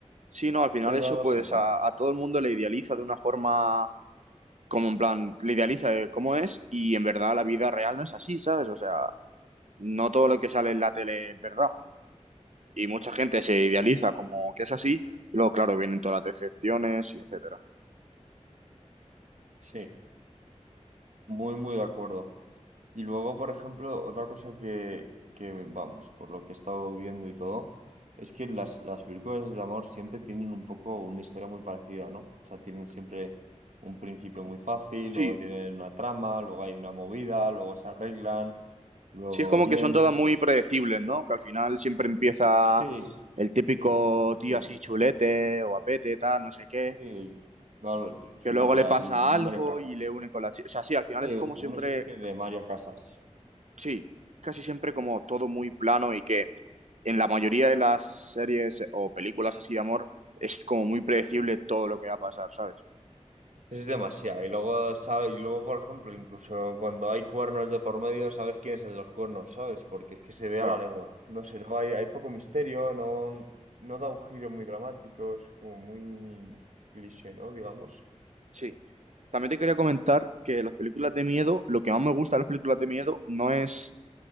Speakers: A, on the right; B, on the right.
A: Sí, no, al final
B: Pero
A: eso
B: no
A: pues
B: sé, tam-
A: a, a todo el mundo le idealiza de una forma como en plan, le idealiza de cómo es y en verdad la vida real no es así, ¿sabes? O sea, no todo lo que sale en la tele es verdad. y mucha gente se idealiza como que es así, y luego, claro, vienen todas las decepciones y etcétera.
B: sí, muy, muy de acuerdo. Y luego, por ejemplo, otra cosa que, que, vamos, por lo que he estado viendo y todo, es que las, las películas de amor siempre tienen un poco una historia muy parecida, ¿no? O sea, tienen siempre un principio muy fácil,
A: Sí,
B: luego tienen una trama, luego hay una movida, luego se arreglan, luego
A: sí, es como
B: bien,
A: que son todas
B: pero
A: muy
B: no sé.
A: predecibles, ¿no? Que al final siempre empieza
B: Sí,
A: el típico
B: sí,
A: tío
B: sí,
A: así chulete o apete, tal, no sé qué,
B: sí. No,
A: que
B: lo
A: luego
B: que
A: le pasa
B: el- un
A: algo
B: Mario Casas.
A: y le une con la chica. O sea, sí, al final
B: Sí,
A: es
B: una
A: como siempre,
B: especie de Mario Casas.
A: sí, casi siempre como todo muy plano y que en la mayoría de las series o películas así de amor es como muy predecible todo lo que va a pasar, ¿sabes?
B: Es demasiado. Y luego, sabe- Y luego, por ejemplo, incluso cuando hay cuernos de por medio, sabes quién es el de los cuernos, ¿sabes? Porque es que se ve
A: Claro.
B: a la legua. No sé, no hay, hay poco misterio, no, no da un giro muy dramático, es como muy cliché, ¿no? Digamos.
A: Sí. También te quería comentar que las películas de miedo, lo que más me gusta de las películas de miedo no es